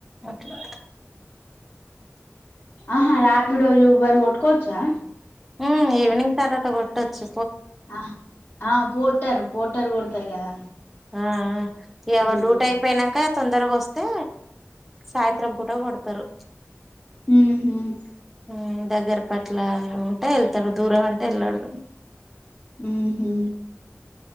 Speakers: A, in the centre; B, on the left.
A: అట్లా
B: ఆహా రాపిడో యు వాళ్లు కొట్టుకోవచ్చా
A: ఆ ఈవనింగ్ తర్వాత కొట్ టొచ్చు
B: ఆ ఆ పోర్ట్ పోర్టర్ పోర్టర్ కొడతరు కదా
A: ఆ ఆ ఏవో
B: మ్మ్.
A: డ్యూట్అయిపోయినంక తొందరగోస్ తే సాయంత్రం పూట కొడతారు
B: మ్మ్హ్మ్.
A: ఉ దగ్గర పట్ల అంటే వెళ్తడు దూరం అంటే వెళ్ళడు <inaudible>
B: ఉహు